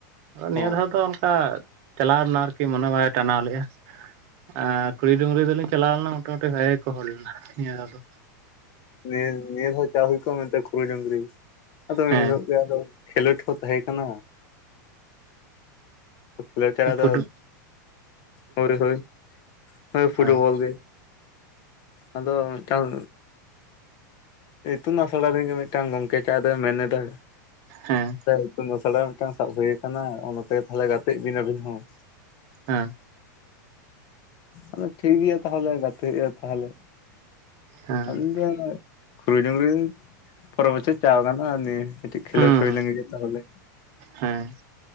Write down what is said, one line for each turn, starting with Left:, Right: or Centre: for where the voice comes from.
Right: ᱟᱫᱚ
Left: ᱦᱚᱸ
Right: ᱱᱤᱭᱟᱹ ᱫᱷᱟᱣ ᱫᱚ ᱚᱱᱠᱟ ᱪᱟᱞᱟᱣ ᱨᱮᱱᱟᱜ ᱟᱨᱠᱤ ᱢᱚᱱᱮ ᱵᱟᱭ ᱴᱟᱱᱟᱣ ᱞᱮᱼᱟ᱾ ᱟᱨ ᱠᱩᱲᱤ ᱰᱩᱝᱨᱤ ᱫᱚᱞᱤᱧ ᱪᱟᱞᱟᱣ ᱞᱮᱱᱟ ᱢᱳᱴᱟᱢᱩᱴᱤ ᱵᱷᱟᱜᱮ ᱜᱮᱠᱚ ᱦᱚᱲ ᱞᱮᱱᱟ ᱱᱤᱭᱟᱹ ᱵᱟᱨ ᱫᱚ᱾
Left: ᱱᱤᱭᱟᱹ ᱱᱤᱭᱟᱹ ᱫᱷᱟᱣ ᱪᱟᱣ ᱦᱩᱭ ᱠᱚᱜᱼᱟ ᱢᱮᱱᱛᱮ ᱠᱷᱲᱟᱹ ᱡᱩᱨᱤ᱾ ᱟᱫᱚ
Right: ᱦᱮᱸ
Left: ᱮᱱᱦᱤᱞᱳᱜ ᱜᱮ ᱟᱫᱚ ᱠᱷᱮᱞᱳᱰ ᱦᱚᱸ ᱛᱟᱦᱮᱸ ᱠᱟᱱᱟ᱾ ᱠᱷᱮᱞᱳᱰ ᱪᱷᱟᱲᱟ
Right: ᱟᱸ ᱯᱷᱩᱰᱩ
Left: ᱫᱚ ᱦᱳᱭ ᱦᱳᱭ᱾ ᱦᱳᱭ ᱯᱷᱩᱴᱵᱚᱞ
Right: ᱦᱮᱸ
Left: ᱜᱮ᱾ ᱟᱫᱚ ᱢᱤᱫᱴᱟᱝ ᱤᱛᱩᱱ ᱟᱥᱲᱟ ᱨᱮᱜᱮ ᱢᱤᱫᱴᱟᱝ ᱜᱚᱢᱠᱮ ᱪᱟᱣ ᱫᱚᱭ ᱢᱮᱱ ᱮᱫᱟ᱾
Right: ᱦᱮᱸ᱾
Left: ᱤᱛᱩᱱ ᱟᱥᱲᱟ ᱢᱤᱫᱴᱟᱝ ᱥᱟᱵ ᱦᱩᱭ ᱟᱠᱟᱱᱟ, ᱚ ᱱᱛᱮᱜᱮ ᱛᱟᱦᱞᱮ ᱜᱟᱛᱮᱜ ᱵᱤᱱ ᱟᱵᱤᱱ ᱦᱚᱸ᱾ ᱚ
Right: ᱦᱮᱸ
Left: ᱟᱫᱚ ᱴᱷᱤᱠ ᱜᱮᱭᱟ ᱛᱟᱦᱚᱞᱮ ᱜᱟᱛᱮ ᱦᱩᱭᱩᱜ-ᱟ᱾ ᱛᱟᱦᱞᱮ
Right: ᱦᱩᱸ
Left: <unintelligible> ᱠᱷᱩᱨᱤ ᱰᱩᱨᱤ ᱯᱚᱨᱮᱨ ᱵᱚᱪᱚᱨ ᱪᱟᱣ ᱜᱟᱱᱚᱜ-ᱟ ᱱᱤᱭᱟᱹ ᱠᱟᱹᱴᱤᱡ ᱠᱷᱮᱞᱳᱰ
Right: ᱦᱩᱸ
Left: ᱦᱩᱭ ᱞᱮᱱ ᱜᱮ ᱡᱮ ᱛᱟᱦᱚᱞᱮ᱾
Right: ᱦᱮᱸ᱾